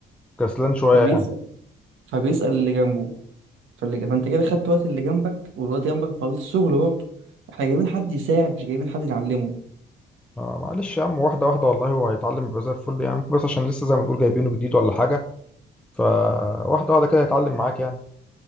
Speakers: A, in the centre; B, on the right.
A: كسلان شويه
B: فبيسأل فبيسأل اللي جنبه فاللي... فانت كده خدت وقت اللي جنبك والوقت جنبك مخلص شغل برضه احنا جايبين حد يساعد مش جايبين حد يعلمه
A: آه معلش يا عم واحدة واحدة والله هو هيتعلم يبقى زي الفل يعني ممكن بس عشان لسه زي ما تقول جايبينه جديد ولا حاجة فواحدة واحدة كده هيتعلم معاك يعني